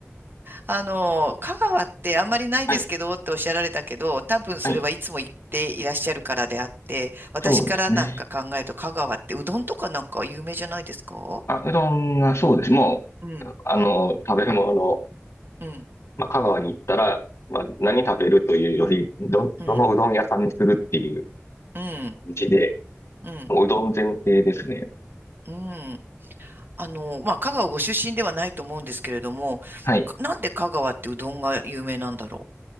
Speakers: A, on the right; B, on the left.
A: あの、香川ってあんまりないですけどっておっしゃられたけど、
B: はい、
A: 多分それはいつも行っていらっしゃるからであって、
B: はい。
A: 私からなんか考えると香川ってうどんとかなんか有名じゃないですか
B: そうですね。あ、うどんが、そうです。もう、
A: うん。
B: あの、食べるもの、
A: うん、
B: まあ、香川に行ったら、まあ、何食べるというより、ど、
A: うん、
B: どのうどん屋さんにするっていう
A: うん、
B: 感じで、
A: うん、
B: もううどん前提ですね。
A: うん。あの、まあ、香川ご出身ではないと思うんですけれども、
B: はい。
A: かなんで香川ってうどんが有名なんだろ